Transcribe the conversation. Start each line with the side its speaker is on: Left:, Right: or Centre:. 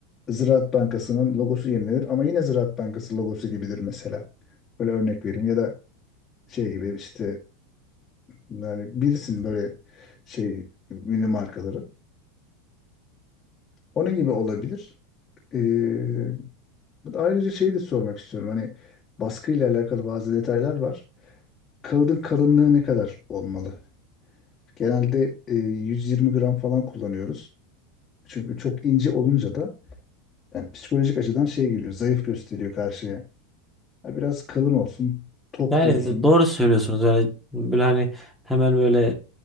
Left: Ziraat Bankası'nın logosu yenilenir ama yine Ziraat Bankası logosu gibidir mesela. Böyle örnek vereyim ya da şey gibi işte yani bilirsin böyle şey ünlü markaları. Onun gibi olabilir. Ee, ayrıca şeyi de sormak istiyorum. Hani baskıyla alakalı bazı detaylar var. Kağıdın kalınlığı ne kadar olmalı? Genelde e, 120 gram falan kullanıyoruz. Çünkü çok ince olunca da yani psikolojik açıdan şey geliyor. Zayıf gösteriyor karşıya. Ha, biraz kalın olsun, tok
Centre: Yani
Left: dursun.
Centre: doğru söylüyorsunuz. Yani böyle hani hemen böyle